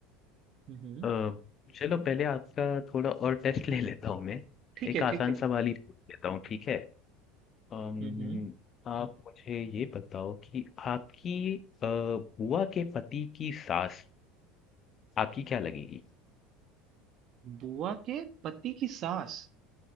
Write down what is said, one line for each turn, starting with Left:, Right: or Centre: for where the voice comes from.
Right: हुँ, हुँ।
Left: अ, चलो पहले आपका थोड़ा और टेस्ट ले लेता हूँ मैं
Right: ठीक
Left: एक
Right: है,
Left: आसान
Right: ठीक है।
Left: सवाल ही पूछ लेता हूँ ठीक है अम,
Right: हुँ, हुँ।
Left: आप मुझे ये बताओ कि आपकी अ, बुआ के पति की सास आपकी क्या लगेगी
Right: बुआ के पति की सास,